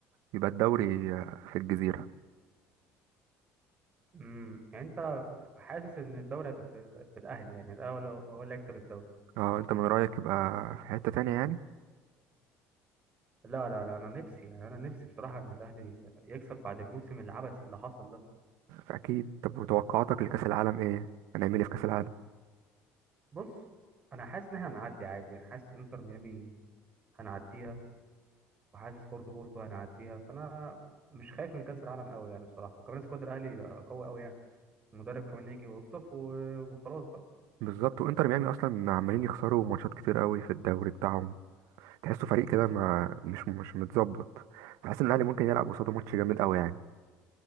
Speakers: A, on the right; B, on the right.
A: يبقى الدوري آه، في الجزيره
B: امم يعني انت حاسس ان الدوري هيبقى في, في الاهلي يعني الاول هو هو اللي هيكسب الدوري
A: اه انت من رايك يبقى في حته تانية يعني
B: لا لا لا انا نفسي يعني انا نفسي بصراحه ان الاهلي يكسب بعد الموسم العبثي اللي حصل ده
A: اكيد طب وتوقعاتك لكاس العالم ايه هنعمل ايه في كاس العالم
B: بص انا حاسس ان احنا هنعدي عادي يعني حاسس انتر ميامي هنعديها وحاسس برضه بورتو هنعديها فانا مش خايف من كاس العالم قوي يعني بصراحه وكمان سكواد الاهلي بقى قوي قوي يعني المدرب كمان يجي يوظف و- وخلاص بقى
A: بالظبط وانتر ميامي اصلا عمالين يخسروا ماتشات كتير قوي في الدوري بتاعهم تحسه فريق كده ما مش مش متظبط تحس ان الاهلي ممكن يلعب قصاده ماتش جامد قوي يعني